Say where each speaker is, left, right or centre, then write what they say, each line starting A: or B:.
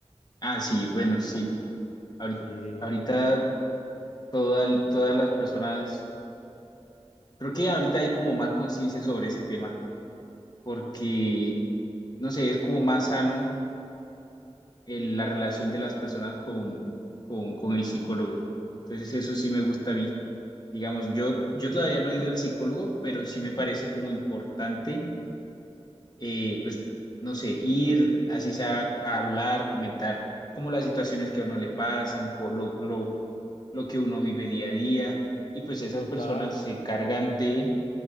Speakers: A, on the left; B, on the left.
A: Ah, sí, bueno, sí. Ahorita,
B: Sí.
A: ahorita toda el- todas las personas, creo que ahorita hay como más conciencia sobre ese tema, porque, no sé, es como más sano el- la relación de las personas con, con, con el psicólogo. Entonces, eso sí me gusta a mí. Digamos, yo, yo todavía no he ido
B: Ujú,
A: al psicólogo, pero sí me
B: ujú.
A: parece como importante, eh, pues, no sé, ir así sea a hablar, comentar como las situaciones que a uno le pasan, con lo, lo, lo que uno vive día a día, y pues esas
B: Total.
A: personas se encargan de